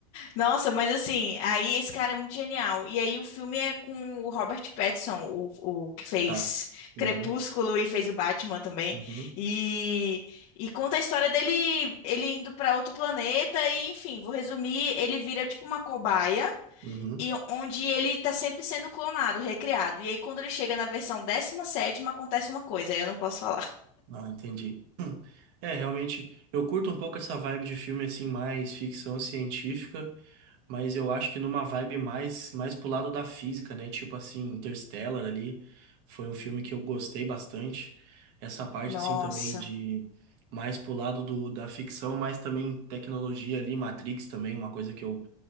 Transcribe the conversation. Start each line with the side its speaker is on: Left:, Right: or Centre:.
Left: Nossa, mas assim, aí esse cara é muito genial. E aí o filme é com o Robert Pattinson, o, o que fez
Right: Tá. Uhum,
Left: Crepúsculo e fez o Batman também.
Right: uhum,
Left: E, e conta a história dele, ele indo pra outro planeta e, enfim, vou resumir, ele vira tipo uma cobaia
Right: uhum.
Left: e onde ele tá sempre sendo clonado, recriado. E aí quando ele chega na versão décima sétima acontece uma coisa, aí eu não posso falar.
Right: Ah, entendi. <clears throat> É, realmente, eu curto um pouco essa vibe de filme assim, mais ficção científica. Mas eu acho que numa vibe mais, mais pro lado da física, né? Tipo assim, Interstellar ali foi um filme que eu gostei bastante. Essa parte
Left: <laughs> Nossa.
Right: assim também de mais pro lado do, da ficção, mas também tecnologia ali, Matrix também, uma coisa que eu